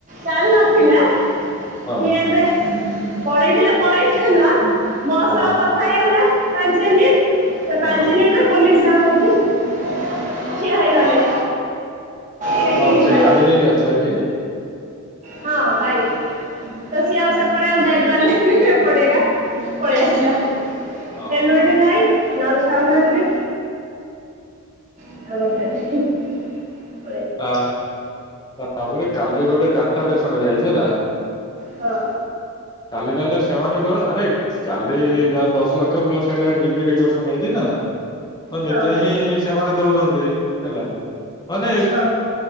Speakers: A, on the right; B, on the left.
A: ଚାଲି ନଥିଲା।
B: ହଁ।
A: ସିଏ ଏବେ ପଳେଇଥିଲେ ପଳେଇଥାନ୍ତା ମୋ
B: ହଁ
A: ସହ କଥା ହେଇଗଲା ପାଞ୍ଚ ମିନିଟ୍ ସେ
B: ହଁ
A: ପାଞ୍ଚ ମିନିଟରେ କଲେଜ ଯାଗା ଦେଖୀ ଠିଆ ହେଇଗଲେ। ଚେକିଂ
B: କଣ ସେ
A: ପାଇଁ
B: ଗାଡି ନେଇକି ଆସିଥିଲା କି?
A: ହଁ ବାଇକ୍। ତ ସିଏ ଆଉ ସେପଟେ ଯାଇପରିଲାନି ଏପଟେ ଏକା ପାଲେଇଆସିଲା।
B: ଓହୋ
A: ହେଲମେଟ ନାଇଁ ନହେଲେ ଛାଉନାହାନ୍ତି। ଆଉ କଣ ଛାଡ଼ିବେ। <unintelligible>
B: ତା ତାପରେ କାଲି ଗୋଟେ ଡାଟାଟେ ଶୁଣ ଯାଇଛି ହେଲା।
A: ହଁ।
B: କାଲି ଡାଟା ସେମାନଙ୍କୁ ଆରେ କାଲି ଯାହା ହେଲେ ଦଶ ଲକ୍ଷ ପ୍ଲସ ସେଇଟା ଡିବି ରିଡକ୍ସନ ହେଇଛି ନା। ତ
A: ହଁ
B: ନିଜେ ହିଁ ସେମାନେ ଦଉଚନ୍ତି ହେଲା ମାନେ
A: ହଁ